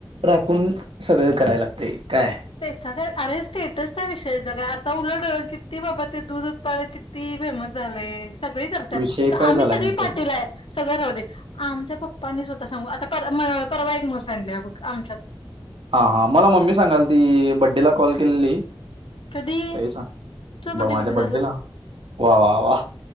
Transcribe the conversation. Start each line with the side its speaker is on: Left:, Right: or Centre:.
Right: राखून सगळं कराय लागतंय काय.
Left: त्याचा काय अरे स्टेटस त्या विषयाच काय आता उलट किती बाबा ते दूध उत्पादन क ती फेमस झालय सगळी करतात
Right: विषय
Left: तर
Right: काय
Left: आम्ही
Right: झालाय
Left: सगळी
Right: माहिती
Left: पाटील
Right: आहे का
Left: आहय सगळं राहू दे! आमच्या पप्पानी स्वतः सांगू आता पर- परवा एक म्हैस आणली बघ आमच्यात.
Right: हा हां मला मम्मी सांगाल ती बड्डेला कॉल केलेली.
Left: कधी
Right: तेही सांग
Left: तुझा बड्डे
Right: ब माझ्या
Left: कधी
Right: बड्डेला
Left: झाला
Right: वा वा वा!